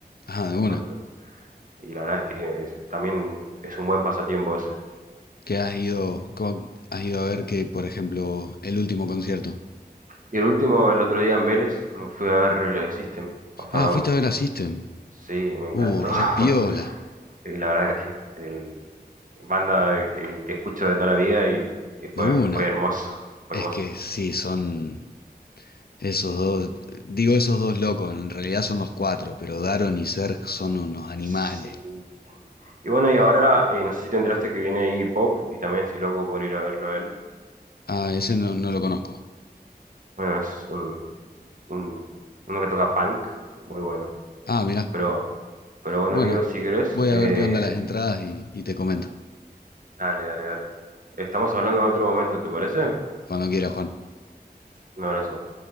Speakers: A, on the left (about 65°); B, on the right (about 55°).
A: ah, de una.
B: cuanto- y la verdad es que es- también es un buen pasatiempo eso.
A: ¿Qué has ido, cómo has ido a ver que, por ejemplo, el último concierto?
B: Y el último, el otro día en Vélez, me fui a ver eh, System of a
A: Ah,
B: Down.
A: fuiste a ver a System.
B: Sí, me encantó.
A: Uh, re
B: <laughs>
A: piola.
B: Y la verdad es que el banda que, que escucho de toda la vida y, y fue,
A: De una.
B: fue hermoso, fue
A: Es
B: hermoso.
A: que sí, son esos dos, digo esos dos locos, en realidad son los cuatro, pero Daron y Serg son unos animales.
B: Sí. Y bueno, y ahora, eh, no sé si te enteraste que viene Iggy Pop y también estoy loco por ir a verlo a él.
A: Ah, ese no, no lo conozco.
B: Bueno, es un, un- uno que toca punk, muy bueno.
A: Ah, mirá.
B: Pero, pero bueno,
A: Bueno,
B: amigos, si querés,
A: voy
B: eh,
A: a ver qué onda las entradas y, y te comento.
B: dale, dale, dale. Estamos hablando en otro momento, ¿te parece?
A: Cuando quieras, Juan.
B: Un abrazo.